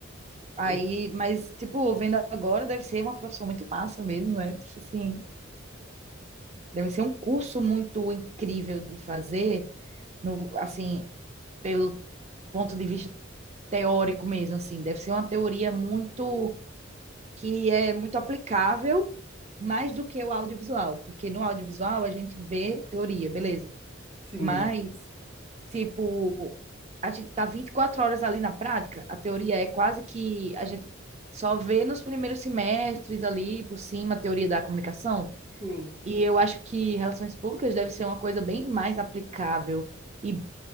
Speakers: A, on the right; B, on the right.
A: Aí,
B: Eu,
A: mas, tipo, vendo agora, deve ser uma profissão muito massa mesmo, né? Tipo assim, deve ser um curso muito incrível de fazer, no, assim, pelo ponto de vista teórico mesmo, assim. Deve ser uma teoria muito, que é muito aplicável, mais do que o audiovisual, porque no audiovisual a gente vê teoria, beleza.
B: sim,
A: Mas, tipo, a gente tá 24 horas ali na prática. A teoria é quase que a gente só vê nos primeiros semestres ali por cima a teoria da comunicação.
B: sim,
A: E eu acho que relações públicas deve ser uma coisa bem mais aplicável. E